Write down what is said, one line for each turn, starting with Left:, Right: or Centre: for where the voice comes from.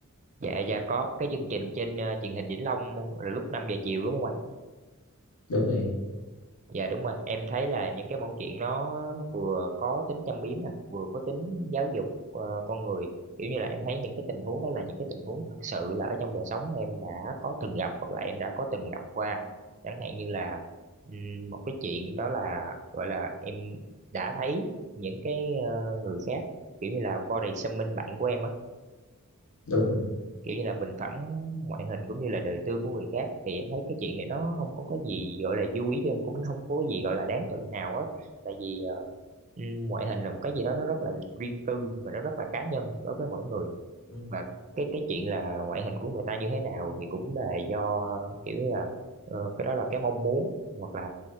Right: dạ dạ có cái chương trình trên ờ, truyền hình Vĩnh Long là lúc 5 giờ chiều đúng không
Left: đúng rồi em
Right: Dạ đúng rồi, em thấy là những cái mẫu chuyện nó vừa có tính châm biếm nè, vừa có tính giáo dục ờ, con người. Kiểu như là em thấy những cái tình huống đó là những cái tình huống thật sự là ở trong đời sống em đã có từng gặp hoặc là em đã có từng gặp qua. Chẳng hạn như là ừm, một cái chuyện đó là gọi là em đã thấy những cái ờ, người khác kiểu như là body shaming bạn của em á
Left: đúng rồi
Right: kiểu như là bình phẩm ngoại hình cũng như là đời tư của người khác thì em thấy cái chuyện này nó không có cái gì gọi là vui ý dân cũng không có cái gì gọi là đáng tự hào hết tại vì ờ, ừm, ngoại hình là một cái gì đó nó rất là riêng tư và nó rất là cá nhân đối với mỗi người
Left: ừ.
Right: và cái cái chuyện là ngoại hình của người ta như thế nào thì cũng là do kiểu như là ờ, cái đó là cái mong muốn hoặc là